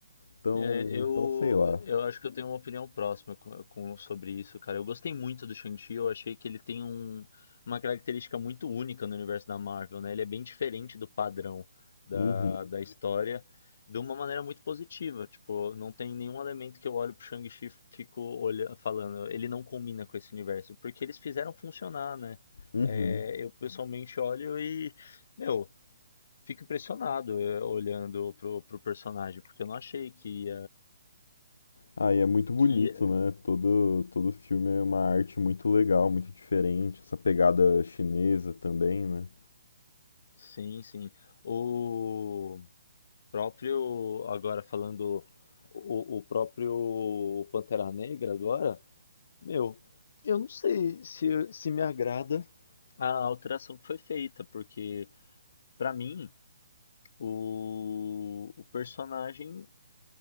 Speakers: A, on the left; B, on the left.
A: Então,
B: É, eu,
A: então sei lá.
B: eu acho que eu tenho uma opinião próxima com, com- sobre isso, cara. Eu gostei muito do Shang-Chi, eu achei que ele tem um- uma característica muito única no universo da Marvel, né? Ele é bem diferente do padrão da,
A: Uhum,
B: da história, de uma maneira muito positiva. Tipo, não tem nenhum elemento que eu olho pro Shang-Chi e fico olha, falando, ele não combina com esse universo, porque eles fizeram funcionar, né?
A: uhum.
B: É, eu pessoalmente olho e, meu, fico impressionado é, olhando pro, pro personagem, porque eu não achei que
A: Ah, e é muito bonito,
B: que
A: né? Todo, todo filme é uma arte muito legal, muito diferente. Essa pegada chinesa também, né?
B: sim, sim. O próprio agora falando o, o próprio Pantera Negra agora, meu, eu não sei se se me agrada a alteração que foi feita, porque pra mim o, o personagem